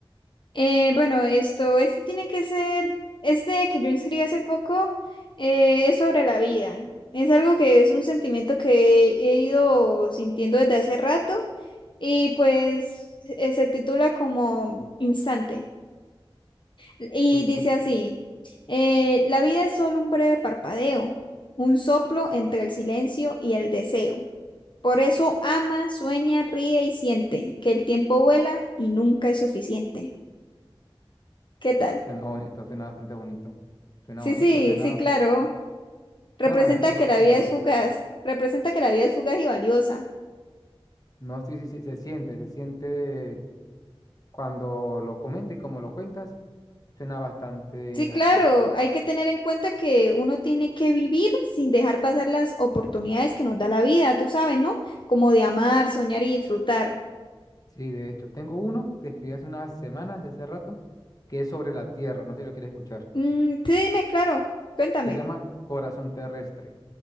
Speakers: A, on the left (about 55°); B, on the left (about 40°).
A: Eh, bueno, esto, este tiene que ser, este que yo inscribí hace poco, eh, es sobre la vida. Es algo que es un sentimiento que he ido sintiendo desde hace rato y pues eh, se titula como Instante. Y
B: Su- escu-
A: dice así, eh, la vida es solo un breve parpadeo, un soplo entre el silencio y el deseo. Por eso ama, sueña, ríe y siente que el tiempo vuela y nunca es suficiente. ¿Qué tal?
B: Suena bonito, suena bastante bonito, suena
A: Sí,
B: bonito,
A: sí,
B: suena,
A: sí, claro. Representa
B: suena bastante profundo.
A: que la vida es fugaz. Representa que la vida es fugaz y valiosa.
B: No sé si se, se siente, se siente cuando lo comentes y como lo cuentas, suena bastante
A: Sí, claro.
B: así.
A: Hay que tener en cuenta que uno tiene que vivir sin dejar pasar las oportunidades que nos da la vida, tú sabes, ¿no? Como de amar, soñar y disfrutar.
B: Sí, de hecho, tengo uno que escribí hace unas semanas, ya hace rato, que es sobre la Tierra, no sé si lo quieres escuchar.
A: Mm, sí, dime, claro, cuéntame.
B: Se llama Corazón Terrestre